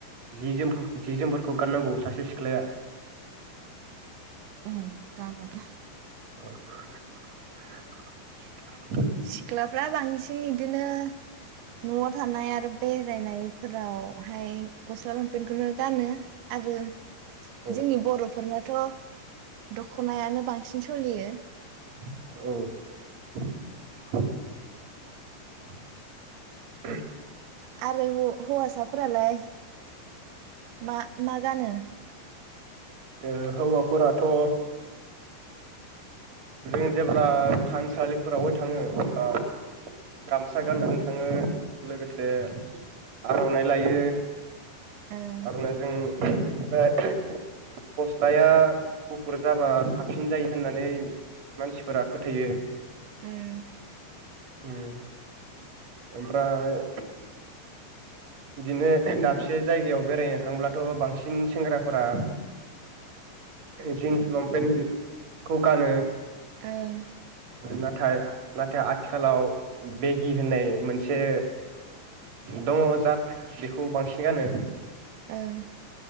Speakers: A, on the right; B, on the right.
A: जि जोम जि जोमफोरखौ गाननांगौ सासे सिख्लाया
B: उम जागोन।
A: औ
B: सिख्लाफ्रा बांसि बांसिन बिदिनो नआव थानाय आरो बेरायनायफोरावहाय गस्ला लंपेन्खौनो गानो आरो
A: औ
B: जोंनि बर'फोरा बरफोरनाथ' दखनायानो बांसिन सलियो।
A: औ <inaudible> ए
B: आरो हौवासाफोरालाय? मा मा गानो?
A: ओ हौवाफोराथ' ओ जों जेब्ला थानसालिफोरावबो थाङो अब्ला गामसा गाननानै
B: ओं
A: थाङो लोगोसे आरनाइ लायो।
B: ओं
A: आरनायजों ओमफ्राय गस्लाया गुफुर जाबा साबसिन जायो होननानै मानसिफोरा फोथायो।
B: ओह
A: उम ओमफ्राय बिदिनो दाबसे जायगायाव बेरायनो थांब्लाथ' बांसिन सेंग्राफोरा जिन्स लंपेन्टखौ गानो।
B: ओं
A: नाथाय नाथाय आथिखालाव आथिखालाव बेगि होननाय मोनसे दङ जात बेखौ बांसिन गानो।
B: ओह